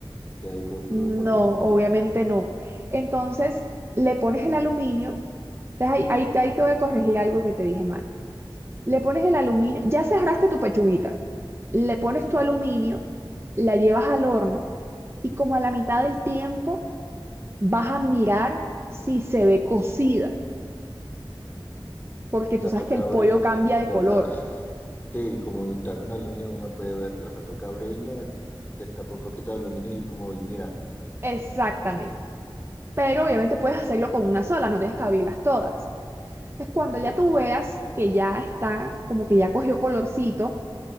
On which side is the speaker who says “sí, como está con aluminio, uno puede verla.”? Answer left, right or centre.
Left